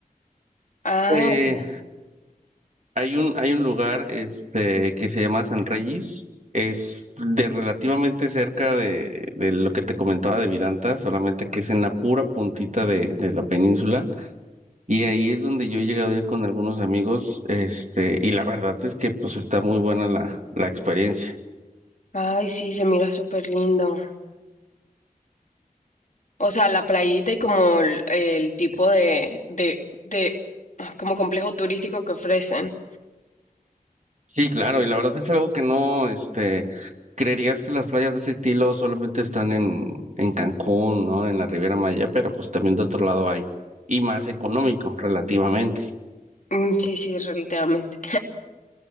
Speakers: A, on the left; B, on the right.
A: Ah,
B: Eh,
A: ok.
B: hay un, hay un lugar este, que se llama San Reyes, es de relativamente cerca de, de lo que te comentaba de Vidanta, solamente que es en la pura puntita de, de la península. Y ahí es donde yo he llegado a ir con algunos amigos, este, y la verdad es que pues está muy buena la, la experiencia.
A: Ay, sí, se mira súper lindo. O sea, la playita y como el, el tipo de, de, de, ah, como complejo turístico que ofrecen.
B: Sí, claro, y la verdad es algo que no, este... Creerías que las playas de ese estilo solamente están en, en Cancún, ¿no? En la Riviera Maya, pero pues también de otro lado hay. Y más económico, relativamente.
A: Mm, Sí, sí, relativamente.